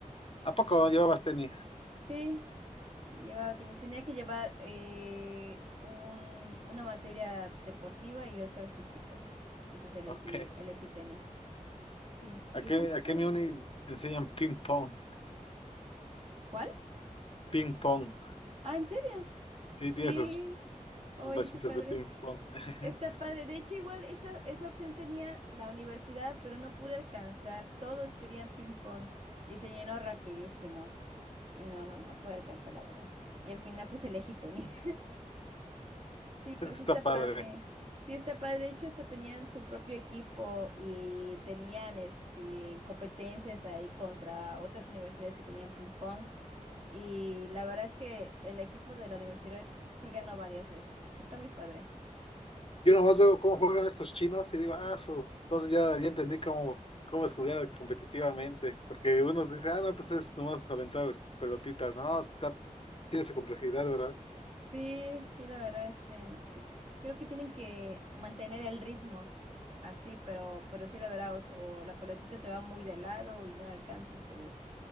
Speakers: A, on the left; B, on the right.
A: ¿A
B: Sí.
A: poco llevabas tenis?
B: Sí, llevaba tenis. Tenía que llevar eh, un- una materia deportiva y otro artístico. Entonces elegí,
A: Ok.
B: elegí tenis. Sí, y
A: Aquí,
B: está muy
A: aquí
B: padre.
A: en mi uni enseñan ping pong.
B: ¿Cuál?
A: <laughs> Ping pong.
B: Ah, ¿en serio?
A: Sí, tiene
B: Sí.
A: sus,
B: oye,
A: sus mesitas
B: qué padre.
A: de ping pong. <laughs>
B: Está padre. De hecho, igual esa, esa opción tenía la universidad, pero no pude alcanzar. Todos querían ping pong y se llenó rapidísimo. Y no, no, no pude alcanzar, la verdad. Y al final, pues elegí tenis. <laughs> Sí, pero
A: Es que está
B: sí está
A: padre.
B: padre. Sí está padre. De hecho, hasta tenían su propio equipo y tenían este competencias ahí contra otras universidades que tenían ping pong. Y la verdad es que el equipo de la universidad sí ganó varias veces. Está muy padre.
A: Yo nomás veo cómo juegan estos chinos y digo, ah, su. Entonces ya, ya entendí cómo, cómo es jugar competitivamente. Porque unos dicen, ah, no, pues es nomás aventar pelotitas. No, está, tiene su complejidad, ¿verdad?
B: Sí, sí, la verdad, este, c- c- creo que tienen que mantener el ritmo así, pero, pero sí, la verdad, o, s- o la pelotita se va muy de lado y no la alcanzas, o,